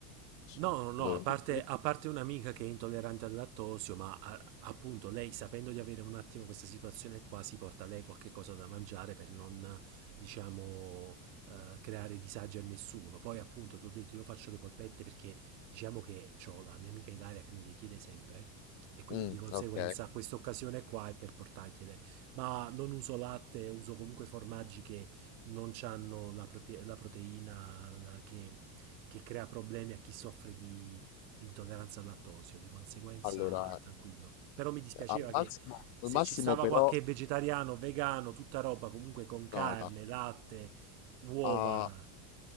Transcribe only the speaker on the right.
No, no, no,
a parte,
a parte un'amica che è intollerante al lattosio, ma a- appunto lei sapendo di avere un attimo questa situazione qua si porta lei qualche cosa da mangiare per non, diciamo, eh, creare disagi a nessuno. Poi appunto ti ho detto io faccio le polpette perché diciamo che ho la mia amica Ilaria che me le chiede sempre e quindi
di conseguenza
questa occasione qua è per portargliele. Ma non uso latte, uso comunque formaggi che non hanno la, proprie- la proteina la- che che crea problemi a chi soffre di, di intolleranza al lattosio, di conseguenza
tranquillo. Però mi dispiaceva
che
se
ci stava qualche
vegetariano, vegano, tutta roba comunque con carne,
latte, uova.